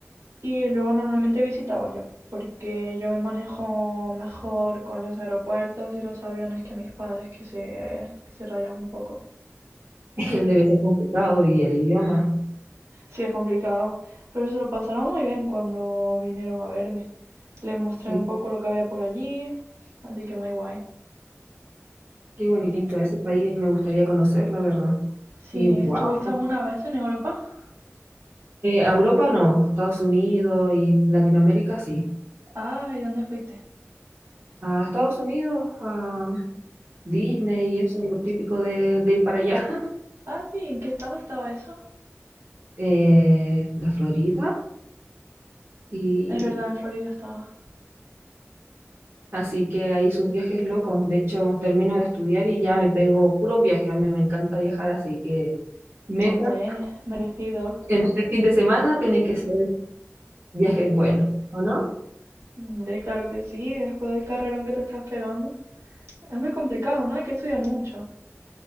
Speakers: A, on the right; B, on the right.
A: y luego normalmente visitaba yo, porque yo me manejo mejor con los aeropuertos y los aviones que mis padres que se, se rayan un poco.
B: <laughs> Debe ser complicado y el idioma.
A: Sí, es complicado, pero se lo pasaron muy bien cuando vinieron a verme. Les mostré
B: Sí,
A: un poco lo que había por allí, así que muy guay.
B: qué bonito ese país, me gustaría conocer, la verdad.
A: Sí,
B: Y wow,
A: ¿estuviste alguna vez en Europa?
B: a Europa no, Estados Unidos y Latinoamérica sí.
A: Ah, ¿y dónde fuiste?
B: A Estados Unidos, a Disney y eso es lo típico de, de ir para allá. <laughs>
A: Ah, sí, ¿en qué estado estaba eso?
B: Eh, la Florida y
A: Es verdad, en Florida estaba.
B: así que ahí sus viajes locos. De hecho, termino de estudiar y ya me pego puros viajes. A mí me encanta viajar, así que metas
A: Hombre, merecido.
B: en este fin de semana tienen que ser Viaje es bueno, ¿o no?
A: Hombre, claro que sí, después del carrerón que te estás pegando. Es muy complicado, ¿no? Hay que estudiar mucho.